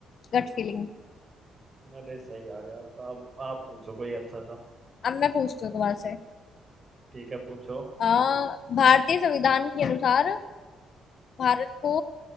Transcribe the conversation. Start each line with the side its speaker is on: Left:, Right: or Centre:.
Left: गट फीलिंग
Right: अरे सही आ गया आपका अब आप पूछो कोई अच्छा सा
Left: अब मैं पूछती हूँ तुम्हारे से
Right: ठीक है पूछो
Left: आ, भारतीय संविधान के अनुसार भारत को